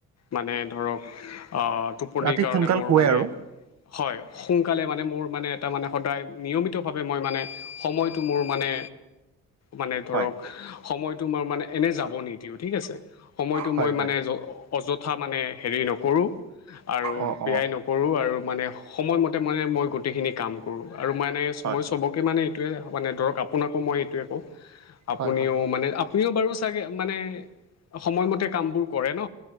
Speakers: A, on the left; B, on the right.
A: মানে ধৰক আ, টোপনিৰ
B: ৰাতি
A: কাৰণে
B: সোনকাল
A: মোৰ
B: শুৱে
A: মানে
B: আৰু
A: হয়, সোনকালে মানে মোৰ মানে এটা মানে সদায় নিয়মিতভাৱে মই মানে সময়টো মোৰ মানে মানে ধৰক
B: হয়।
A: সময়টো মোৰ মানে এনে যাব যাব নিদিওঁ, ঠিক আছে। সময়টো
B: হয়
A: মোৰ
B: হয়।
A: মানে অযথা মানে হেৰি নকৰোঁ আৰু আৰু
B: অ',
A: বিয়াই
B: অ',
A: নকৰোঁ আৰু মানে সময়মতে মানে মই গোটেইখিনি কাম কৰোঁ আৰু মানে
B: হয়।
A: মই চবকে মানে মানে ধৰক আপোনাকো মই এইটোয়ে কওঁ আপুনিও
B: হয় হয়,
A: মানে আপুনিও বাৰু চাগে মানে সময়মতে কাম বোৰ কৰে ন?